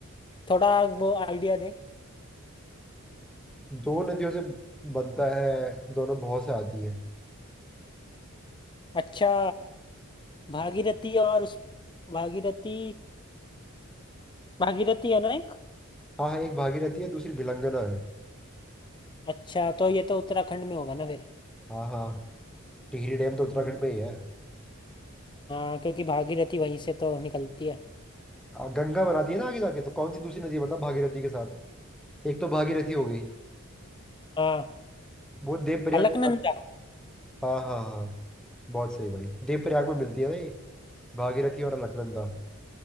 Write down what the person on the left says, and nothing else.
थोड़ा वो आइडिया दे
अच्छा भागीरथी और उस भागीरथी भागीरथी है ना एक
अच्छा तो ये तो उत्तराखंड में होगा ना फिर
हम्म,
हाँ क्योंकि भागीरथी वहीं से तो निकलती है
हाँ
अलकनंदा